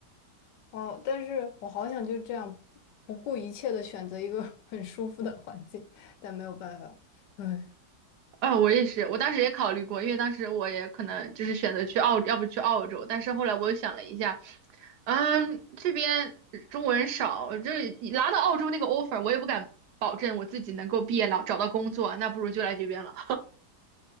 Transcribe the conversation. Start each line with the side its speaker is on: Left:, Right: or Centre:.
Left: 哦，但是我好想就这样不顾一切的选择一个 <laughs> 很舒服的环境，但没有办法。唉，
Right: 啊，我也是，我当时也考虑过，因为当时我也可能就是选择去澳，要不去澳洲，但是后来我又想了一下，嗯，这边中国人少，就是拿到澳洲那个 offer，我也不敢保证我自己能够毕业了找到工作，那不如就来这边了。